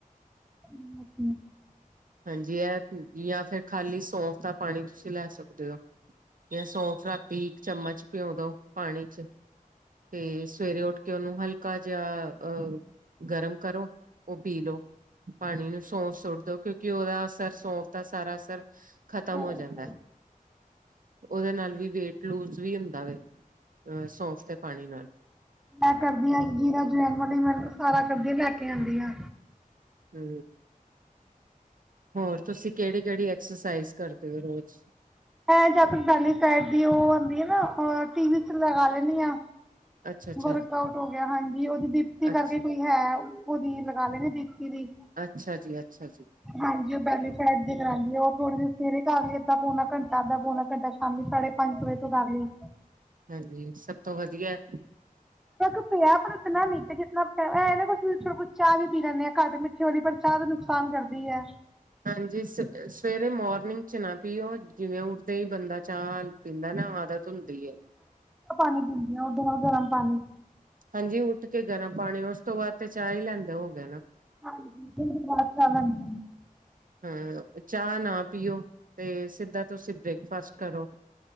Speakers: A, in the centre; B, on the right (about 70°).
A: <unintelligible>
B: ਹਾਂਜੀ, ਇਹ ਜਾਂ ਫਿਰ ਖਾਲੀ ਸੌਂਫ ਦਾ ਪਾਣੀ ਤੁਸੀਂ ਲੈ ਸਕਦੇ ਹੋ। ਜਾਂ ਸੌ ਫਰਾਤੀ ਇੱਕ ਚਮਚ, ਪਿਉਂ ਦੋ ਪਾਣੀ ਚ, ਤੇ ਸਵੇਰੇ ਉੱਠ ਕਿ ਉਹਨੂੰ ਹਲਕਾ ਜਿਹਾ ਅਹ ਗਰਮ ਕਰੋ। ਉਹ ਪੀ ਲੋ ਪਾਣੀ ਨੂੰ ਸੌਸ ਸੁੱਟ ਦੋ ਕਿਉਂ ਉਹਦਾ ਸਰ ਸੌਂਫ ਦਾ ਸਾਰਾ ਅਸਰ, ਖਤਮ
A: ਸਾਰਾ
B: ਹੋ ਜਾਂਦਾ
A: ਹਿਸਾਬ।
B: ਉਹਦੇ ਨਾਲ ਵੀ, ਵੇਟ ਲੂਜ ਵੀ ਹੁੰਦਾ ਵੇ, ਅ ਸੌਂਫ ਦੇ ਪਾਣੀ ਨਾਲ
A: ਮੈਂ ਕਰਦੀ ਹਾਂ ਜੀਰਾ ਜਵੈਣ ਵਾਲੀ ਮ ਸਾਰਾ ਕਦੀ ਲੈ ਕੇ ਆਦੀ ਆ,
B: ਹੂੰ, ਹੋਰ ਤੁਸੀਂ ਕਿਹੜੀ ਕਿਹੜੀ ਐਕਸਰਸਾਈਜ਼ ਕਰਦੇ ਹੋ ਰੋਜ਼,
A: ਹੈ ਜੈਲੀ ਸਾਈਡ ਦੀ ਉਹ ਆਦੀ ਆ ਨਾ ਟੀ ਵੀ ਚ ਲਗਾ ਲੈਣੀ ਆ।
B: ਅੱਛਾ ਅੱਛਾ
A: ਵਰਕ ਆਊਟ, ਹਾਂਜੀ, ਵੀ ਉਹਦੀ ਦੀਪਤੀ ਕਰਕੇ
B: ਅੱਛਾ
A: ਕੋਈ ਹੈ, ਉਹਦੀ ਲਗਾ <unintelligible> ਦੀ, ਦੀ ਵੀ
B: ਅੱਛਾ ਜੀ ਅੱਛਾ ਜੀ
A: ਹਾਂਜੀ ਉਹ ਬੈਲੀ ਫੇਟ ਦੀ ਕਰਾਦੀ ਹੈ ਉਹ, ਥੋੜੀ ਜੀ ਸਵੇਰੇ ਕਰ ਲਈਏ ਅੱਧਾ ਪਉਣਾ ਘੰਟਾ ਅੱਧਾ ਪਉਣਾ ਘੰਟਾ ਸ਼ਾਮੀ ਸਾਢੇ ਪੰਜ ਕੁ ਵਜੇ ਤੋਂ ਕਰ ਲਈ।
B: ਹਾਂਜੀ, ਸਭ ਤੋਂ ਵਧੀਆ,
A: ਤੱਕ ਪਿਆ ਪਰ ਇਤਨਾ ਨੀ ਜਿਤਨਾ ਪਿਆ ਜਿਤਨਾ ਪੇਨਾ ਕੁਛ-ਕੁਛ ਚਾਹ ਵੀ ਪੀ ਲੈਂਦੇ ਆ ਘੱਟ ਮਿੱਠੇ ਵਾਲੀ ਪਰ ਚਾਹ ਦਾ ਨੁਕਸਾਨ ਕਰਦੀ ਹੈ।
B: ਹਾਂਜੀ ਸ ਸਵੇਰੇ ਮੋਰਨਿੰਗ ਚ ਨਾ ਪੀਓ ਜਿਵੇਂ ਉੱਡਦੇ ਹੀ ਬੰਦਾ ਚਾਹ, ਪਿਤਾ ਨੇ ਆਦਤ ਹੁੰਦੀ ਐ।
A: ਪਾਣੀ ਪੀਂਦੀ ਆ ਉਦੋ ਮੈਂ ਗਰਮ ਪਾਣੀ,
B: ਹਾਂਜੀ ਉੱਠ ਕੇ ਗਰਮ ਪਾਣੀ ਉਸ ਤੋਂ ਬਾਅਦ ਤੇ ਚਾਹ ਹੀ ਲੈਂਦਾ ਹੋ ਗਿਆ ਨਾ,
A: ਹਾਂਜੀ <unintelligible>
B: ਹਮ ਚਾਹ ਨਾ ਪੀਓ ਤੇ ਸਿੱਧਾ ਤੁਸੀਂ ਬ੍ਰੇਕਫਾਸਟ ਕਰੋ,